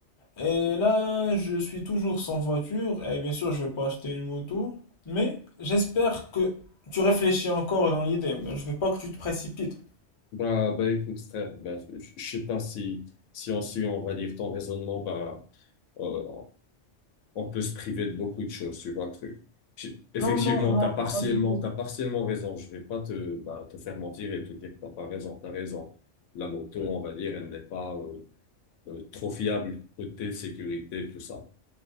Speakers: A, on the left; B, on the left.
A: Et là, je suis toujours sans voiture et bien sûr, je vais pas acheter une moto, mais j'espère que tu réfléchis encore dans l'idée. mais Je veux pas que tu te précipites.
B: Bah, bah, écoute, frère, bah, je je sais pas si, si on suit, on va dire, ton raisonnement, bah, euh, on peut se priver de beaucoup de choses sur un truc. J'ai- Effectivement,
A: Non, non, non,
B: t'as partiellement,
A: pas du tout.
B: t'as partiellement raison. Je vais pas te, bah, te faire mentir et te dire que t'as pas raison. T'as raison. La moto,
A: Oui,
B: on va dire, elle n'est pas euh, euh, trop fiable côté sécurité, tout ça.